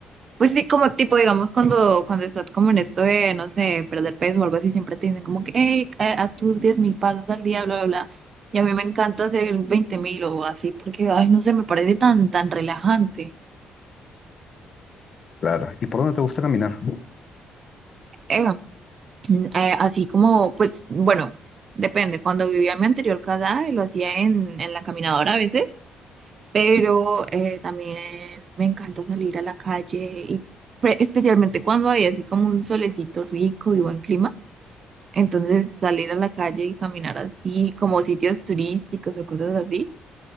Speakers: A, on the right; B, on the left.
A: Pues sí, como tipo, digamos, cuando, cuando estás como en esto de, no sé, perder peso o algo así, siempre te dicen como que, hey, eh, haz tus diez mil pasos al día, bla, bla, bla. Y a mí me encanta hacer veinte mil o así, porque, ay, no sé, me parece tan, tan relajante.
B: Claro. ¿Y por dónde te gusta caminar?
A: Eh, mm, eh, así como, pues, bueno, depende. Cuando vivía en mi anterior casa, eh, lo hacía en, en la caminadora a veces, pero eh, también me encanta salir a la calle y pre- especialmente cuando hay así como un solecito rico y buen clima. Entonces salir a la calle y caminar así, como sitios turísticos o cosas así,